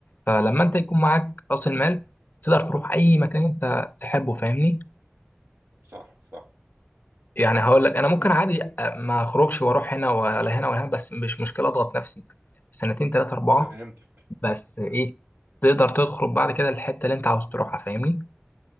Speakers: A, on the left; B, on the right.
A: فلما
B: مم،
A: أنت يكون معاك رأس المال تقدر تروح أي
B: مم،
A: مكان أنت تحبه فاهمني
B: صح صح
A: يعني هقول لك انا ممكن
B: مم،
A: عادي ما اخرجش واروح هنا ولا هنا ولا هنا بس مش مشكله اضغط نفسي سنتين ثلاثه اربعه
B: فهمتك
A: بس ايه
B: مم،
A: تقدر تخرج بعد كده الحته اللي انت عاوز تروحها فاهمني